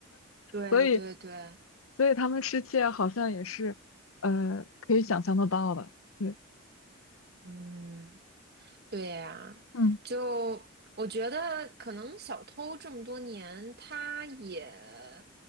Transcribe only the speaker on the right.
对对对，
嗯。对呀，
就我觉得可能小偷这么多年，他也，